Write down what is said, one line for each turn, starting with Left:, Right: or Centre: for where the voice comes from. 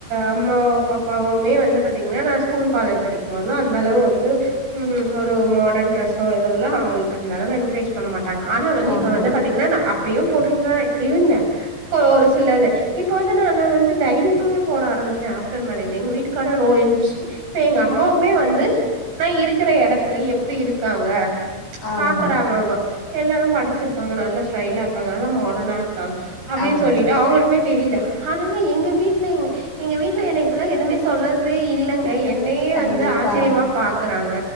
Right: அம்மாவு அப்பாவுமே வந்து பாத்தீங்கனா நா ஸ்கூல் காலேஜ் படிக்கும்போதுலா அந்தளவு வந்து உம் ஒரு மாடன் ட்ரெஸ்சோ இதெல்லா அந்த அளவு என்க்ரேஜ் பண்ண மாட்டாங்க ஆனா வந்து
Left: ஆமா
Right: இப்ப வந்து பாத்தீங்கனா நா அப்பயு போட்டுட்டுதா இருந்தே க்கு சிலது இப்ப வந்து நா நா வந்து தைரியமாவே போட ஆரம்பிச்ட்டே ஆப்டர் மேரேஜ் எங்க வீட்டுக்காரறோ <unintelligible> இப்பே எங்கு அம்மாவுமே வந்து நா இருக்கிற எடத்துல எப்டி இருக்காங்க
Left: ஆமா
Right: பாக்குறாங்க அவுங்க எல்லாரும் படிச்சிருக்காங்க நல்ல ஸ்ரைலா இருக்காங்க இல்லனா மாடனா இருக்காங் அப்டினு
Left: ஆமா
Right: சொல்லிட்டு அவுங்களுக்குமே தெரியிதா ஆனாலு எங்க வீட் ட்லேங்க எங்க வீட்டுல என்ன இப்புல்லா எதுவுமே சொல்லத் து இல்லங்க என் னே
Left: கண்டிப்பா
Right: வந்து ஆச்சிரியமா பாக்குறாங்க